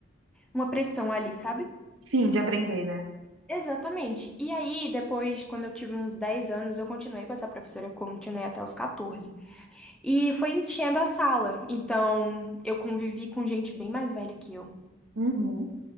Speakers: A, in the centre; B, on the right (about 80°).
A: uma pressão ali, sabe?
B: sim, de aprender, né?
A: Exatamente. E aí, depois, quando eu tive uns 10 anos, eu continuei com essa professora, eu continuei até os 14. E foi enchendo a sala. Então, eu convivi com gente bem mais velha que eu.
B: Uhum,